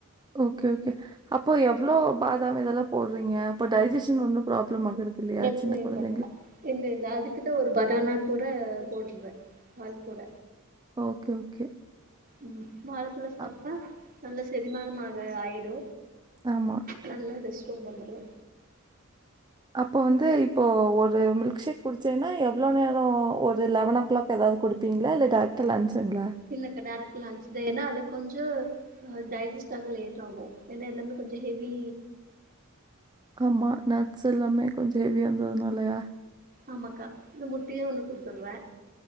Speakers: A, on the right (about 20°); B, on the right (about 40°).
A: ஓகே ஓகே அப்போ எவ்ளோ பாதாம் இதெல்லா போட்றீங்க இப்போ
B: ஆ
A: டைஜெஷன் ஒன்னு ப்ராப்ளம் ஆகுறது இல்லையா
B: பிரச்சன
A: சின்ன கொழந்தைங்களு
B: இல்ல இல்ல அதுக்குதா ஒரு பனானா கூட போட்டுறே பால் கூட
A: ஓகே ஓகே
B: ம் வாழப்பழோ சாப்ட்டா
A: அ
B: நல்ல செரிமானமாக ஆயிடு
A: ஆமா
B: நல்லா ரெஸ்ட் ரூம் வந்துரு
A: அப்போ வந்து இப்போ ஒரு மில்க்ஷேக் குடிச்சேன்னா எவ்ளோ நேரோ ஒரு லெவன் ஓ கிளாக் ஏதாது குடுப் பீங்ளா இல்ல டாரக்டா லஞ்ச்சுங்ளா
B: இல்லக்கா டேரக்டா லஞ்ச்சுதா ஏன்னா அது கொஞ்சோ டைஜெஸ்ட் ஆக லேட் ஆகு ஏன்னா எல்லாமே கொஞ்ச ஹெவி
A: ஆமா நட்ஸ் எல்லாமே கொஞ்ச ஹெவியா இருந்ததுனாலயா
B: ஆமாக்கா இந்த முட்டயு ஒன்னு குடுத்துர்றே